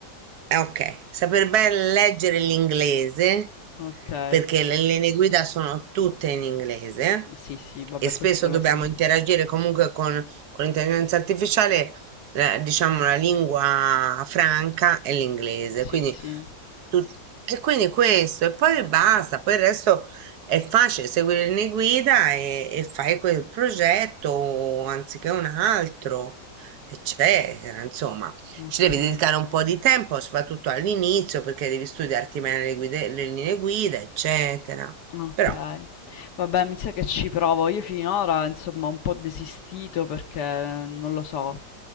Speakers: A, on the right (about 65°); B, on the left (about 70°).
A: eh, ok, saper ben leggere l'inglese,
B: Okay,
A: perché le linee guida sono tutte in inglese
B: sì, sì, vabbè
A: e spesso
B: questo
A: dobbiamo
B: lo so.
A: interagire comunque con con l'intelligenza artificiale, la- diciamo, la lingua franca è l'inglese,
B: Sì,
A: quindi
B: sì,
A: tut- e quindi questo, e poi basta, poi il resto è facile, segui le linee guida e, e fai quel progetto anziché un altro, eccetera, insomma
B: okay.
A: ci devi dedicare un po' di tempo, soprattutto all'inizio, perché devi studiarti bene le guide- le linee guida, eccetera.
B: Okay.
A: Però
B: Vabbè, mi sa che ci provo. Io finora, insomma, ho un po' desistito perché eh, non lo so,